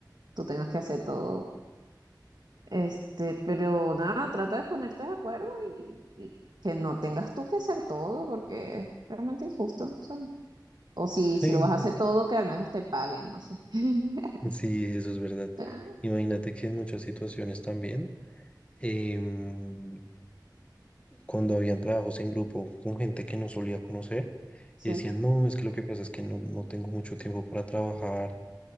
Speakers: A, on the right; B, on the left.
A: tú tengas que hacer todo. Este, pero nada, trata de ponerte de acuerdo y, y que no tengas tú que hacer todo porque es realmente injusto, ¿sabes? O si,
B: Sí,
A: si lo vas a hacer todo, que al menos te paguen, no sé. <laughs>
B: sí, eso es verdad.
A: Claro,
B: Imagínate que en muchas situaciones también, em, cuando habían trabajos en grupo con gente que no solía conocer,
A: Sí,
B: y decían, no, es que lo que pasa es que no, no tengo mucho tiempo para trabajar.